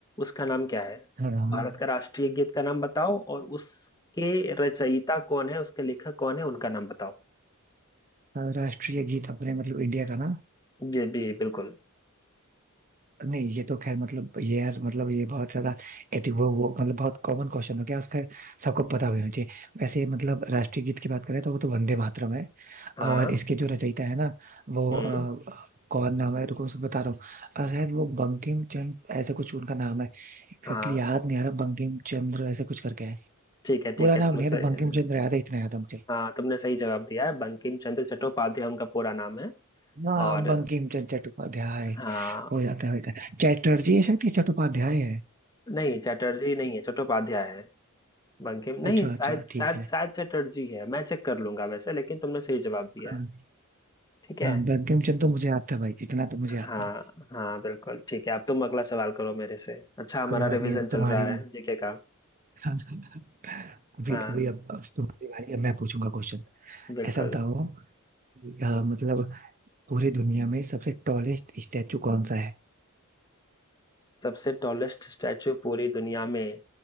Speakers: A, on the left (about 20°); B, on the right (about 40°).
A: उसका नाम क्या है
B: अरे हाँ
A: भारत का राष्ट्रीय गीत का नाम बताओ और उसके रचयिता कौन है उसके लेखक कौन है उनका नाम बताओ
B: हाँ, राष्ट्रीय गीत अपने मतलब इंडिया का ना
A: जी जी बिल्कुल
B: नहीं ये तो खैर मतलब ये यार मतलब ये बहुत ज्यादा एति वो वो मतलब बहुत कॉमन क्वेश्चन हो गया और खैर सबको पता भी होना चाहिए वैसे मतलब राष्ट्रीय गीत की बात करें तो वो तो वंदे मातरम है
A: हाँ
B: और इसके जो रचयिता है ना वो
A: हम्म
B: अ, कौन नाम है रुको उसको बता रहा हूँ अ, शायद वो बंकिम चंद्र ऐसा कुछ उनका नाम है एग्जैक्टली
A: हाँ
B: याद नहीं आ रहा बंकिम चंद्र ऐसा कुछ करके है
A: ठीक है
B: पूरा
A: ठीक है
B: नाम
A: तुमने
B: नहीं है
A: सही
B: तो बंकिम चंद्र याद है इतना याद है मुझे
A: हाँ तुमने सही जवाब दिया है बंकिम चंद्र चट्टोपाध्याय उनका पूरा नाम है
B: हाँ
A: और
B: बंकिम चंद्र चट्टोपाध्याय
A: हाँ
B: हो जाता है बेटा चैटर्जी है शायद ये चट्टोपाध्याय है
A: नहीं चटर्जी नहीं है चट्टोपाध्याय है बंकिम नहीं
B: अच्छा अच्छा
A: शायद
B: ठीक
A: शायद
B: है
A: शायद चटर्जी है मैं चेक कर लूंगा वैसे लेकिन तुमने सही जवाब दिया
B: हाँ
A: है ठीक है
B: हाँ बंकिम चंद्र तो मुझे याद था भाई इतना तो मुझे याद
A: हाँ
B: था
A: हाँ बिल्कुल ठीक है अब तुम अगला सवाल करो मेरे से अच्छा हमारा
B: कोई बात
A: रिवीजन
B: नहीं अब
A: चल
B: तुम्हारी
A: रहा है जीके का
B: <laughs> अभी
A: हाँ
B: अभी अब, अब तुम्हारी बारी है, मैं पूछूंगा क्वेश्चन
A: बिल्कुल
B: ऐसा बताओ कि, अ, मतलब पूरी दुनिया में सबसे टॉलेस्ट स्टैचू कौन सा है
A: सबसे टॉलेस्ट स्टैचू पूरी दुनिया में